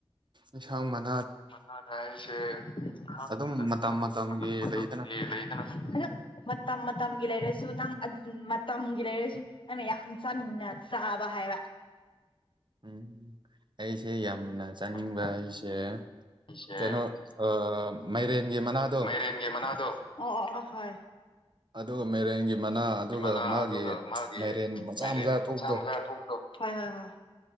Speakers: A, on the right; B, on the left.
A: ꯏꯟꯁꯡꯃꯅꯥ
B: ꯃꯅꯥꯗ ꯑꯩꯁꯦ ꯈꯪꯗꯦ
A: ꯑꯗꯨꯝ ꯃꯇꯝ
B: ꯑꯗꯨꯝ
A: ꯃꯇꯝꯒꯤ
B: ꯃꯇꯝ ꯃꯇꯝꯒꯤ
A: ꯂꯩꯗꯅ
B: ꯂꯩꯗꯅ ꯃꯇꯝ ꯃꯠ ꯃꯇꯝꯒꯤ ꯂꯩꯔꯁꯨ ꯅꯪ ꯑꯟ ꯃꯇꯝꯒꯤ ꯂꯩꯔꯁꯨ ꯅꯪꯅ ꯌꯥꯝ ꯆꯥꯅꯤꯡꯅ ꯆꯥꯕ ꯍꯥꯏꯕ
A: ꯎꯝ ꯑꯩꯁꯦ ꯌꯥꯝꯅ ꯆꯥꯅꯤꯡꯕ
B: ꯌꯥꯝꯅ
A: ꯑꯩꯁꯦ
B: ꯁꯤꯁꯦ
A: ꯀꯩꯅꯣ ꯑꯥ ꯃꯥꯏꯔꯦꯟꯒꯤ ꯃꯅꯥꯗꯣ
B: ꯃꯥꯏꯔꯦꯟꯒꯤ ꯃꯅꯥꯗꯣ ꯑꯣ ꯑꯣ ꯑꯣ ꯍꯣꯏ
A: ꯑꯗꯣ ꯒꯥ ꯃꯩꯔꯦꯟꯒꯤ ꯃꯅꯥ ꯑꯗꯨꯒ
B: ꯃꯅꯥ
A: ꯃꯥꯒꯤ
B: ꯑꯗꯨꯒ ꯃꯥꯒꯤ
A: ꯃꯥꯏꯔꯦꯟ ꯃꯆꯥ
B: ꯃꯥꯏꯔꯦꯟ
A: ꯃꯆꯥ ꯊꯣꯛꯄꯥꯗꯣ
B: ꯃꯆꯥ ꯊꯣꯛꯄꯗꯣ ꯍꯣꯏ ꯍꯣꯏ ꯍꯣꯏ